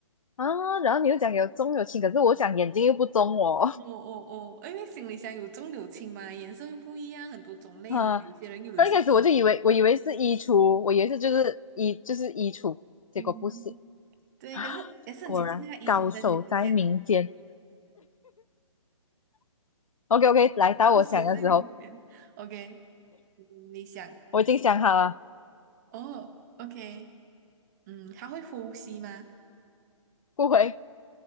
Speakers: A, on the left (about 80°); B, on the right (about 35°).
A: 啊！然后你又讲有重有轻，可是我讲眼睛又不中哦。
B: 哦哦哦，因为行李箱有重有轻嘛，颜色又不一样，很多种类嘛，
A: <laughs> 啊，
B: 有些人又有一些衣服。
A: 刚一开始我就以为我以为是衣橱，我以为是就是衣就是衣橱，结果不是
B: 嗯，对，
A: 啊，
B: 可是也是很接近那个衣橱跟行李箱，
A: <sighs> 果然高手在民间。OK OK，来到我想的时候，
B: 要数再明显。OK，嗯你想，
A: 我已经想好了，
B: 哦，OK，嗯，它会呼吸吗？
A: 不回